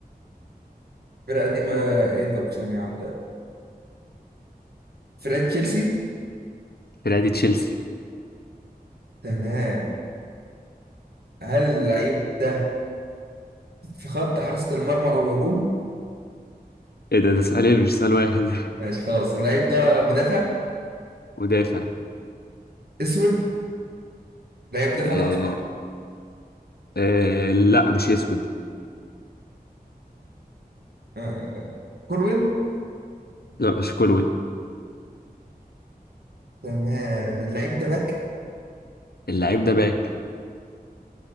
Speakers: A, on the right; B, on the left.
A: فرقة قديمة ايه طب ثانية واحدة فرقة تشيلسي
B: فرقة تشيلسي
A: تمام هل اللعيب ده في خط حراسة المرمى او الهجوم؟
B: إيه ده ده سؤالين مش سؤال واحد
A: ماشي خلاص اللعيب ده مدافع
B: <laughs> مدافع
A: اسود اللعيب مدافع
B: آه
A: ده اصلا
B: آه لا مش أسود
A: آه، كولويل
B: لا مش كولوين
A: تمام اللعيب ده باك
B: اللاعب ده باك